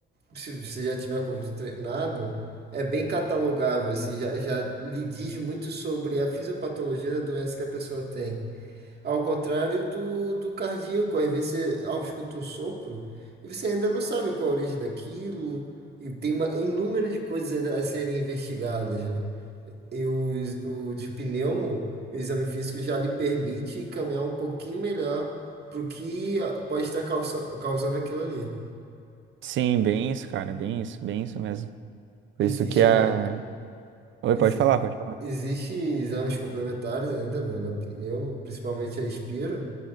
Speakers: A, on the right (about 55°); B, on the right (about 75°).
A: se você já tiver com o vidro treinado, é bem catalogável, assim, já, já lhe diz muito sobre a fisiopatologia da doença que a pessoa tem. Ao contrário do, do cardíaco, às vezes você ao escuta um sopro e você ainda não sabe qual a origem daquilo, e tem uma, inúmero de coisas ainda a serem investigadas, né? E o, ex- o de pneumo, o exame físico já lhe permite caminhar um pouquinho melhor pro que ah, pode estar causa- causando aquilo ali.
B: Sim, bem isso, cara, bem isso, bem isso mesmo. Por
A: Existe,
B: isso que a.
A: né?
B: Oi,
A: Exi
B: pode falar, pode falar.
A: existe exames complementares ainda no- na pneu, principalmente a Inspiro.